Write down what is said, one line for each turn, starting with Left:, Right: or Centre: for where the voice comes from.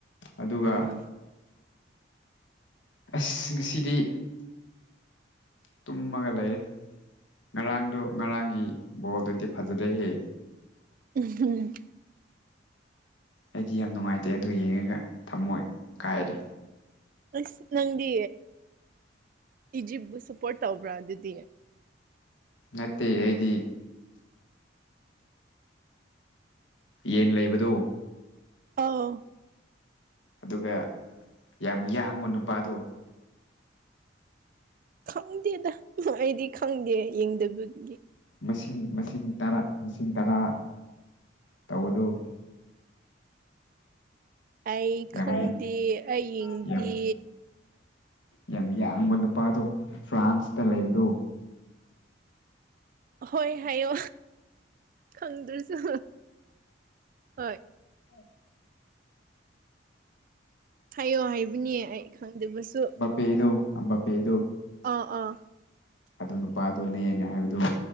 Left: ꯑꯗꯨꯒ
Right: ꯎꯝ
Left: ꯑꯁ ꯉꯁꯤꯗꯤ ꯇꯨꯝꯃꯒ ꯂꯩ ꯉꯔꯥꯡꯗꯣ ꯉꯔꯥꯡꯒꯤ ꯕꯣꯜꯗꯨꯗꯤ ꯐꯖꯗꯩꯍꯦ
Right: ꯎ
Left: ꯑꯩꯗꯤ ꯌꯥꯝ ꯅꯨꯡꯉꯥꯏꯇꯦ ꯑꯗꯨ ꯌꯦꯡꯉꯒ ꯊꯝꯃꯣꯏ ꯀꯥꯏꯔꯦ
Right: ꯑꯁ ꯅꯪꯗꯤ ꯏꯖꯤꯞꯄꯨ ꯁꯞꯄꯣꯔꯠ ꯇꯧꯕ꯭ꯔꯥ ꯑꯗꯨꯗꯤ
Left: ꯅꯠꯇꯦ ꯑꯩꯗꯤ ꯌꯦꯟ ꯂꯩꯕꯗꯨ
Right: ꯑꯥꯎ
Left: ꯑꯗꯨꯒ ꯌꯥꯝ ꯌꯥꯡꯕ ꯅꯨꯄꯥꯗꯣ
Right: ꯈꯪꯗꯦꯗ ꯑꯩꯗꯤ ꯈꯪꯗꯦ ꯌꯦꯡꯗꯕꯒꯤ
Left: ꯃꯁꯤꯡ ꯃꯁꯤꯡ ꯇꯔꯥ ꯃꯁꯤꯡ ꯇꯔꯥ ꯇꯧꯕꯗꯨ
Right: ꯑꯩ
Left: ꯌꯥꯝ
Right: ꯈꯪꯗꯦ ꯑꯩ ꯌꯦꯡꯗꯦ
Left: ꯌꯥꯝ ꯌꯥꯝ ꯌꯥꯡꯕ ꯅꯨꯄꯥꯗꯣ ꯐ꯭ꯔꯥꯟꯁꯇ ꯂꯩꯕꯗꯣ
Right: ꯍꯣꯏ ꯍꯥꯏꯌꯣ ꯈꯪꯗ꯭ꯔꯁꯨ ꯍꯣꯏ꯫
Left: ꯑꯣ
Right: ꯊꯥꯏꯌꯣ ꯍꯥꯏꯕꯅꯦ ꯑꯩ ꯈꯪꯗꯕꯁꯨ
Left: ꯄꯦꯗꯨ ꯑꯝꯕ ꯄꯦꯗꯨ
Right: ꯑꯥ ꯑꯥ
Left: ꯑꯗꯨ ꯅꯨꯄꯥꯗꯨꯅꯦ ꯑꯩꯅ ꯍꯥꯏꯕꯗꯨꯣ